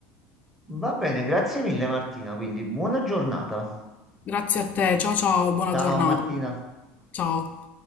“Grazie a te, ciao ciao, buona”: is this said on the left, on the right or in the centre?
Left